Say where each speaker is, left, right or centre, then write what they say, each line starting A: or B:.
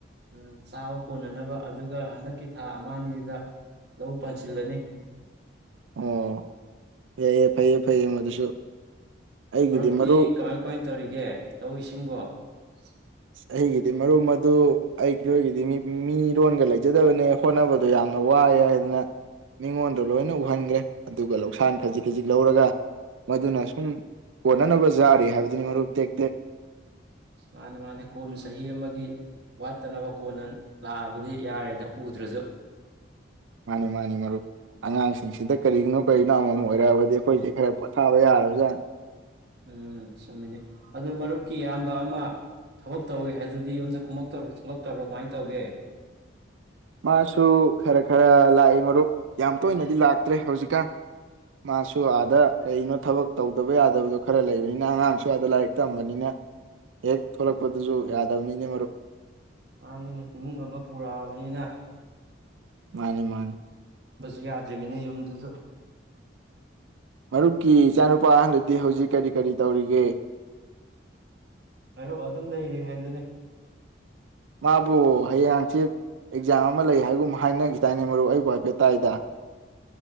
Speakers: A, on the right; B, on the right.
A: ꯎꯝ ꯆꯥꯕ ꯀꯣꯟꯅꯅꯕ ꯑꯗꯨꯒ ꯍꯟꯗꯛꯀꯤ ꯊꯥ ꯑꯃ ꯑꯅꯤꯁꯤꯗ ꯂꯧ ꯄꯥꯟꯁꯤꯜꯂꯅꯤ
B: ꯑꯣ ꯌꯥꯏ ꯌꯥꯏ ꯐꯩꯌꯦ ꯐꯩꯌꯦ ꯃꯗꯨꯁꯨ ꯑꯩꯒꯤꯗꯤ
A: ꯍꯧꯞꯇꯤ
B: ꯃꯔꯨꯞ
A: ꯀꯃꯥꯏ ꯀꯃꯥꯏ ꯇꯧꯔꯤꯒꯦ ꯂꯧ ꯏꯁꯤꯡꯕꯣ ꯁꯤꯠ <inaudible>
B: ꯑ ꯑꯩꯒꯤꯗꯤ ꯃꯔꯨꯞ ꯃꯗꯨ ꯑꯩꯈꯣꯏꯒꯤꯗꯤ ꯃꯤꯔꯣꯟꯒ ꯂꯩꯖꯗꯕꯅꯦ ꯍꯣꯠꯅꯕꯗꯣ ꯌꯥꯝꯅ ꯋꯥꯏ ꯍꯥꯏꯗꯅ ꯃꯤꯉꯣꯟꯗ ꯂꯣꯏꯅ ꯎꯍꯟꯈ꯭ꯔꯦ ꯑꯗꯨꯒ ꯂꯧꯁꯥꯟ ꯈꯖꯤꯛ ꯈꯖꯤꯛ ꯂꯧꯔꯒ ꯃꯗꯨꯅ ꯁꯨꯝ ꯀꯣꯟꯅꯅꯕ ꯌꯥꯔꯤ ꯍꯥꯏꯕꯗꯨꯅꯤ ꯃꯔꯨꯞ ꯇꯦꯛ ꯇꯦꯛ
A: ꯃꯥꯅꯦ ꯃꯥꯅꯦ ꯀꯣꯟꯅ ꯆꯍꯤ ꯑꯃꯒꯤ ꯋꯥꯠꯇꯅꯕ ꯀꯣꯟꯅ ꯂꯥꯛꯑꯕꯗꯤ ꯌꯥꯔꯦꯗ ꯎꯗ꯭ꯔꯁꯨ
B: ꯃꯥꯅꯤ ꯃꯥꯅꯤ ꯃꯔꯨꯞ ꯑꯉꯥꯡꯁꯤꯡꯁꯤꯗ ꯀꯔꯤꯒꯤꯅꯣ ꯀꯔꯤꯅꯣ ꯑꯃꯃꯝ ꯑꯣꯏꯔꯛꯑꯕꯗꯤ ꯑꯩꯈꯣꯏꯁꯦ ꯈꯔ ꯄꯣꯊꯥꯕ ꯌꯥꯔꯕꯖꯥꯠꯅꯤ
A: ꯎꯝ ꯆꯨꯝꯃꯤꯅꯤ ꯑꯗꯨ ꯃꯔꯨꯞꯀꯤ ꯏꯌꯥꯝꯕ ꯑꯃ ꯊꯕꯛ ꯇꯧꯋꯦ ꯍꯥꯏꯗꯨꯗꯤ ꯌꯨꯝꯗ ꯀꯨꯝꯃꯛꯇꯕ꯭ꯔꯥ ꯊꯣꯛꯂꯛꯇꯕ꯭ꯔꯥ ꯀꯃꯥꯏꯅ ꯇꯧꯒꯦ
B: ꯃꯥꯁꯨ ꯈꯔ ꯈꯔ ꯂꯥꯛꯏ ꯃꯔꯨꯞ ꯌꯥꯝ ꯇꯣꯏꯅꯗꯤ ꯂꯥꯛꯇ꯭ꯔꯦ ꯍꯧꯖꯤꯛꯀꯥꯟ ꯃꯥꯁꯨ ꯑꯥꯗ ꯀꯩꯅꯣ ꯊꯕꯛ ꯇꯧꯗꯕ ꯌꯥꯗꯕꯗꯣ ꯈꯔ ꯂꯩꯕꯅꯤꯅ ꯑꯉꯥꯡꯁꯨ ꯑꯥꯗ ꯂꯥꯏꯔꯤꯛ ꯇꯝꯕꯅꯤꯅ ꯍꯦꯛ ꯊꯣꯛꯂꯛꯄꯗꯨꯁꯨ ꯌꯥꯗꯕꯅꯤꯅ ꯃꯔꯨꯞ
A: ꯃꯥꯅꯤꯅꯦ ꯏꯃꯨꯡ ꯑꯃ ꯄꯨꯔꯛꯑꯕꯅꯤꯅ
B: ꯃꯥꯅꯦ ꯃꯥꯅꯦ
A: ꯌꯥꯗ꯭ꯃꯤꯅꯦ ꯌꯨꯝꯗꯨꯗ
B: ꯃꯔꯨꯞꯀꯤ ꯏꯆꯥꯅꯨꯄꯥ ꯑꯍꯟꯗꯗꯤ ꯍꯧꯖꯤꯛ ꯀꯔꯤ ꯀꯔꯤ ꯇꯧꯔꯤꯒꯦ
A: ꯃꯔꯨꯞ ꯑꯗꯨꯝ ꯂꯩꯔꯤ ꯍꯥꯏꯗꯨꯅ
B: ꯃꯥꯕꯨ ꯍꯌꯦꯡ ꯍꯪꯆꯤꯆꯠ ꯑꯦꯛꯖꯥꯝ ꯑꯃ ꯂꯩ ꯍꯥꯏꯒꯨꯝ ꯍꯥꯏꯅꯈꯤꯗꯥꯏꯅꯦ ꯃꯔꯨꯞ ꯑꯩꯕꯨ ꯍꯥꯏꯐꯦꯠ ꯇꯥꯏꯗ